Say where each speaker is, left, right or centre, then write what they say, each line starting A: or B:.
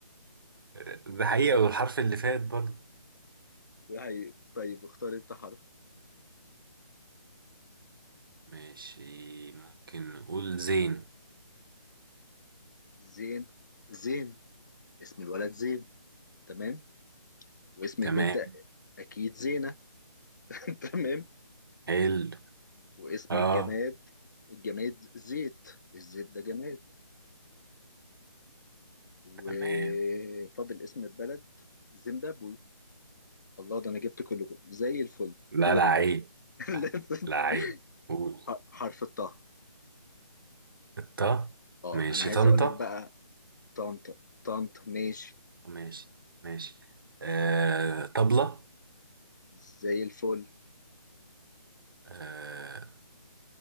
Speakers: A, on the right; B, on the left.
A: <laughs> ده حقيقة والحرف اللي فات برضه
B: ده هي طيب اختار انت حرف
A: ماشي ممكن نقول زين
B: زين زين اسم الولد زين تمام واسم
A: تمام
B: البنت اكيد زينة <laughs> تمام
A: حلو
B: واسم
A: اه
B: الجماد الجماد زيت الزيت ده جماد وفاضل
A: تمام
B: اسم البلد زيمبابوي الله ده انا جبت كله كده. زي الفل
A: لا
B: دوري
A: لا عيب
B: بقى <laughs>
A: لا لا عيب قول
B: حرف الطه
A: الطا
B: اه
A: ماشي
B: انا عايز
A: طنطا
B: اقول لك بقى طنط طنط ماشي
A: ماشي ماشي آه طبلة
B: زي الفل
A: آه